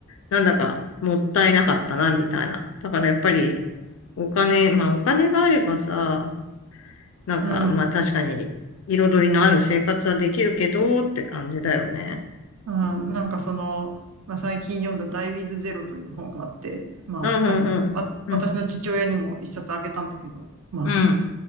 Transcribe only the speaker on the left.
なんだか、もったいなかったな、みたいな。だからやっぱり、お金、まあお金があればさ、なんか、
まあ確かに、彩りのある生活はできるけど、って感じだよね。
うん、うん、うん。
うん、